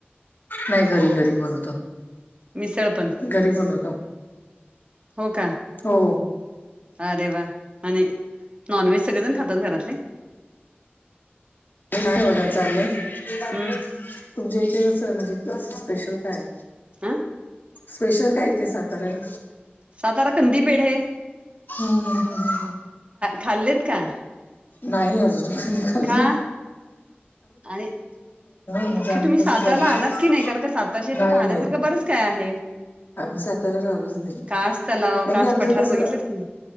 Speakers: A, on the left; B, on the right.
A: नाही घरी घरी बनवतो
B: मिसळपण
A: घरीब नवतो
B: हो का
A: हो
B: अरे वा आणि नॉनव्हेज सगळे जण खातात घरातले
A: काय होला चाललंय तुमच्या
B: हम्म
A: इथे कसं म्हणजें स्पेशल काय
B: आं
A: स्पेशल काय ते साताऱ्याला
B: सातारा खंदी पेढ हे
A: हम् हम हम हम हम
B: खाल्लेत का
A: नाही अजून नि खाली
B: का आणि
A: म्हणजे
B: मुख्य
A: आम्ही
B: तुम्ही
A: कसं
B: सातार्याला
A: दार्जिलिंग
B: आलात की नाही कारण का साताराच्या इथे
A: नाही
B: पाहण्यासारखं
A: नाही
B: बरच काय आहे
A: आम्ही साताऱ्या राहिलोच नाही कार
B: कास तलाव कास
A: की आमचं
B: पठार
A: कसं
B: बघितलेत की नाही